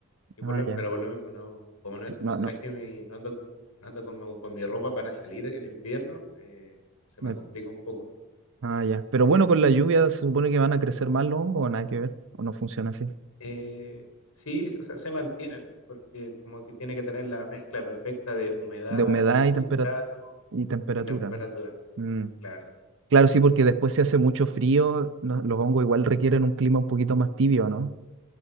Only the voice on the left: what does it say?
y por
lo-
pero por lo mismo no, como no,
no traje
mi, no ando, no ando con, mi- con mi ropa para salir en invierno, eh, se
me
complica un poco.
Eh, sí, o sea, se mantienen, porque como que tiene que tener la mezcla perfecta de humedad,
sustrato
y temperatura,
claro, sí.